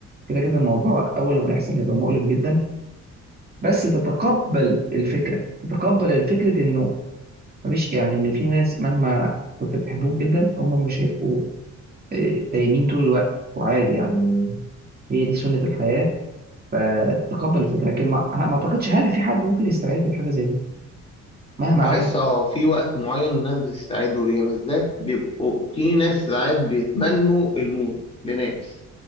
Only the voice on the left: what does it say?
بحس
اه في وقت معين الناس بتستعدوا ليه بالذات بيبقوا في ناس ساعات بيتمنوا الموت لناس